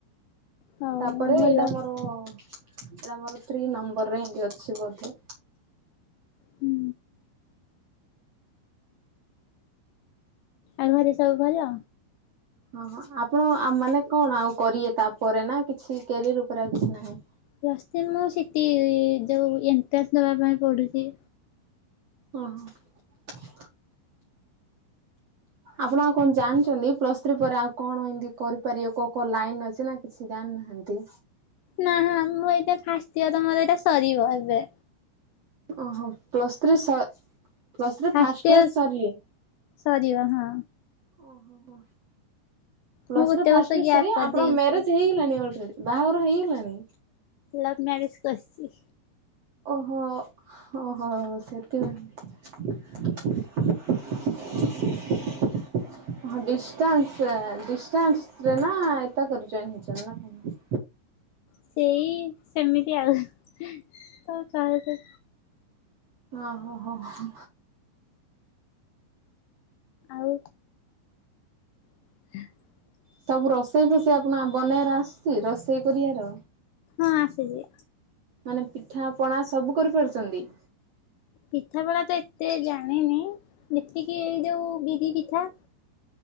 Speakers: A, on the left; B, on the right.
A: ହଉ
B: ତାପରେ
A: ଭଲ
B: ଏଇଟା ମର ଏଇଟା ମୋର ଥ୍ରୀ ନମ୍ବରରେ ଏମିତି ଅଛି ବୋଧେ।
A: ହୁଁ ଆଉ ଘରେ ସବୁ ଭଲ?
B: ହଁ ହଁ ଆପଣ ମାନେ କଣ ଆଉ କରେ ତାପରେନା କିଛି କ୍ୟାରିୟର ଉପରେ ଆଉ କିଛି ନାହିଁ?
A: ପ୍ଲସ୍ ଥ୍ରି ମୁ ସିଟି ଯୋଉ ଏଣ୍ଟ୍ରାନ୍ସ ଦେବା ପାଇଁ ପଡ଼ୁଚି।
B: ଓହୋ। ଆପଣ ଆଉ କଣ ଜାଣିଚନ୍ତି ପ୍ଲସ୍ ଥ୍ରୀ ପରେ ଆଉ କଣ ଏମିତି କରିପାରିବ କଁ କୋଉ ଲାଇନ୍ ଅଛିନା କିଛି ଜାଣି ନାଁ ଏମିତି।
A: ନାହା ମୁଁ ଏଇଟା ଫାଷ୍ଟିୟର ମୋର ଏଇଟା ସରିବ ଏବେ।
B: ଓହୋ ପ୍ଲସ୍ ଥ୍ରୀ ସ plus three
A: first
B: first year
A: year
B: ସରିଲେ।
A: ସରିବ ହଁ
B: ଓହୋ ହୋ ପ୍ଲସ
A: ମୁଁ ଗୋଟେ
B: ଥ୍ରୀ ଫାର୍ଷ୍ଟୟର
A: ବର୍ଷ ଗ୍ୟାପ୍
B: ସରିବ
A: କରିଦେଇଛି।
B: ଆପଣ ମ୍ୟାରେଜ ହେଇଗଲାଣି ଅଲରେଡି। ବାହାଘର ହେଇଗଲାଣି?
A: ଲଭ୍ ମ୍ୟାରେଜ୍ କରିଚି।
B: ଓହୋ ଓହୋ ସେଥି ପାଇଁ। <inaudible> ହଁ ଡିଷ୍ଟାନ୍ସ ଡିଷ୍ଟାନ୍ସ ରେ ନା ଏତା କରିଚ <unintelligible>
A: ସେଇ ସେମିତି ଆଉ ତ କାହାକୁ
B: ଓ ହୋ ହୋ ହୋ
A: ଆଉ <inaudible>
B: ସବୁ ରୋଷେଇ ଫୋଷେଇ ଆପଣ ବନେଇବାର ଆସୁଛି ରୋଷେଇ କରିବାର
A: ହଁ ଆଶିଚି।
B: ମାନେ ପିଠା ପଣା ସବୁ କରିପାରୁଛନ୍ତି।
A: ପିଠା ପଣା ତ ଏତେ ଜାଣିନି ଯେତିକି ଏଇ ଯୋଉ ବିରି ପିଠା।